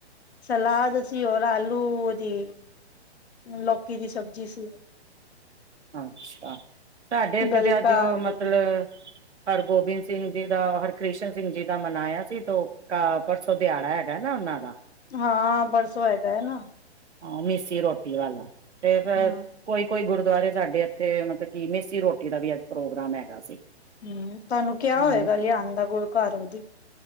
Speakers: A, on the left; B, on the right.
A: ਸਲਾਦ। ਅਸੀਂ ਹੋਰ ਆਲੂ ਉਹਦੀ ਲੋਕੀ ਦੀ ਸਬਜ਼ੀ ਸੀ।
B: ਅੱਛਾ ਆ ਸਾਡੇ ਇੱਥੇ
A: ਗਲਕਾ
B: ਤੇ ਅੱਜ
A: ਆਲੂ
B: ਮਤਲਬ
A: ਦੀ
B: ਹਰਗੋਬਿੰਦ ਸਿੰਘ ਸਿੰਘ ਜੀ ਦਾ ਹਰਿਕ੍ਰਿਸ਼ਨ ਸਿੰਘ ਜੀ ਦਾ ਮਨਾਇਆ ਸੀ ਤੋਂ ਪਰਸੋਂ ਦਿਹਾੜਾ ਹੈਗਾ ਨਾ ਉਹਨਾਂ ਦਾ
A: ਹਾਂ। ਪਰਸੋਂ ਹੈਗਾ ਹੈ ਨਾ।
B: ਹਾਂ। ਮੀਸੀ ਰੋਟੀ ਵਾਲਾ ਤੇ ਫਿਰ
A: ਹਮ
B: ਕੋਈ- ਕੋਈ ਗੁਰਦ ਦੁਆਰੇ ਸਾਡੇ ਇੱਥੇ ਮਤਲਬ ਕਿ ਮੀਸੀ ਰੋਟੀ ਦਾ ਵੀ ਅੱਜ ਪ੍ਰੋਗਰਾਮ ਹੈਗਾ ਸੀ।
A: ਹਮ। ਤੁਹਾਨੂੰ ਕਿਆ ਹੋਏਗਾ
B: ਹਮ
A: ਲਿਆਉਣ ਦਾ ਗੁਰੂ ਘਰੋਂ ਦੀ